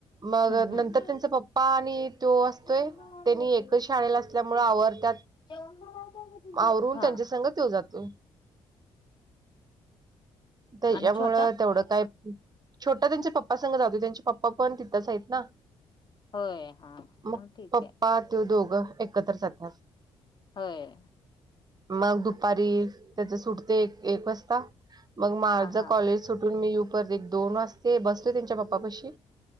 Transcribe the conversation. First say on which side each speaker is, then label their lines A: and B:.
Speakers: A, on the right; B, on the left.
A: मग
B: हम्म हम्म.
A: नंतर त्यांचं पप्पा आणि त्यो असतोय,
B: जेवण बनवलंय
A: त्यांनी एकच
B: तुझं.
A: शाळेला असल्यामुळं आवरत्यात.
B: जेवण बनवलंय का तुझं?
A: आवरून
B: हा.
A: त्यांच्यासंग त्यो जातोय. त्याच्यामुळं
B: आणि छोटा
A: तेवढं काय छोटा त्याच्या पप्पासंग जातो, त्यांचे पप्पापण तिथेच आहेत ना.
B: होय हा.
A: मग
B: ठीक
A: पप्पा
B: आहे
A: त्यो दोघं एकत्र जात्यात.
B: होय.
A: मग दुपारी त्याच सुटते एक एक वाजता. मग माझं
B: हा हा
A: कॉलेज
B: हा
A: सुटून मी येऊपर्यंत दोन वाजतंय, बसतोय त्यांच्या पप्पापशी.